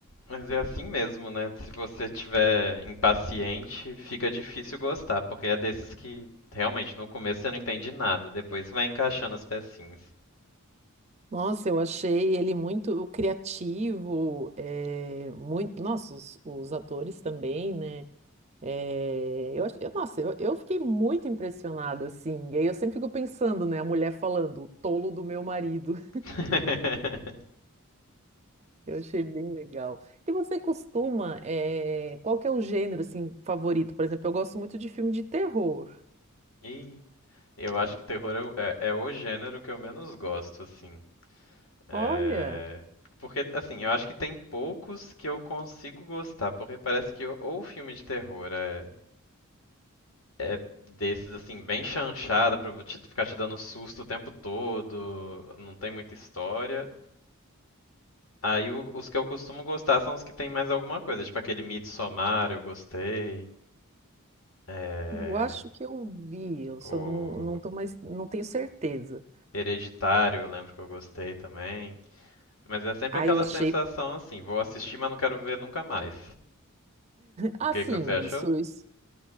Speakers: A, on the left; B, on the right.
A: Mas é assim mesmo, né? Se você tiver impaciente, fica difícil gostar, porque é desses que realmente no começo você não entende nada, depois vai encaixando as pecinhas.
B: Nossa, eu achei ele muito criativo, é, muito, nossa, os, os atores também, né? É, eu, ach- eu- nossa, eu, eu fiquei muito impressionada, assim. E aí eu sempre fico pensando, né? A mulher falando, o tolo do meu marido.
A: <laughs>
B: Eu achei bem legal. E você costuma, eh, qual que é o gênero assim favorito? Por exemplo, eu gosto muito de filme de terror.
A: E eu acho que terror é, o- é- é o gênero que eu menos gosto, assim. É,
B: Olha,
A: Porque, assim, eu acho que tem poucos que eu consigo gostar, porque parece que ou ou o filme de terror é, é desses, assim, bem chanchada pra vo- te- ficar te dando susto o tempo todo, não tem muita história. Aí o- os que eu costumo gostar são os que tem mais alguma coisa, tipo aquele Midsommar, eu gostei. É...
B: eu acho que eu vi, eu só
A: O...
B: não, não tô mais, não tenho certeza.
A: Hereditário, eu lembro que eu gostei também. Mas é sempre
B: Ah,
A: aquela
B: eu achei,
A: sensação assim, vou assistir, mas não quero ver nunca mais.
B: ah,
A: O que
B: sim,
A: que você achou?
B: isso, isso.